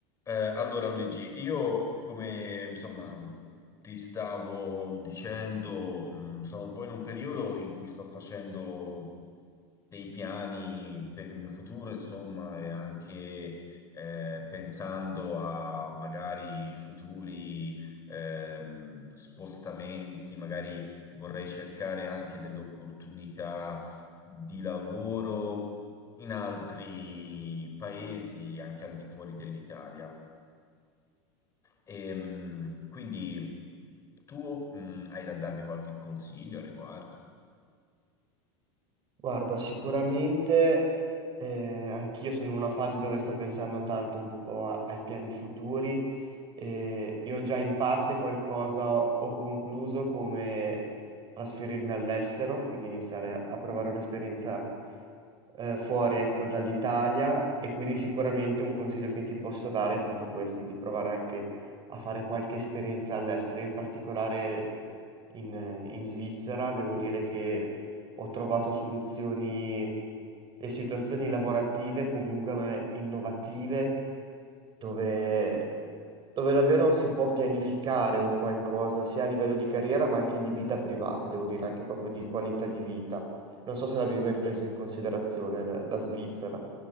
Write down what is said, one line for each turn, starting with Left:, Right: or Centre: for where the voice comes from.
Left: Eh, allora Luigi, io come insomma ti stavo dicendo, mh, sono un po' in un periodo in cui sto facendo dei piani per il mio futuro, insomma, e anche eh, pensando a magari futuri ehm, spostamenti, magari vorrei cercare anche delle opportunità di lavoro in altri paesi, anche al di fuori dell'Italia. Ehm, quindi tu mh, hai da darmi qualche consiglio a riguardo?
Right: Guarda, sicuramente eh, anch'io sono in una fase dove sto pensando tanto un po' a- ai piani futuri e io già in parte qualcosa ho concluso come trasferirmi all'estero, quindi iniziare a, a provare un'esperienza eh, fuori, ecco, dall'Italia e quindi sicuramente un consiglio che ti posso dare è proprio questo, di provare anche a fare qualche esperienza all'estero, in particolare in, in Svizzera, devo dire che ho trovato soluzioni e situazioni lavorative comunque eh, innovative dove, dove davvero si può pianificare un qualcosa sia a livello di carriera ma anche di vita privata, devo dire anche proprio di qualità di vita. Non so se l'avevi mai preso in considerazione la la Svizzera.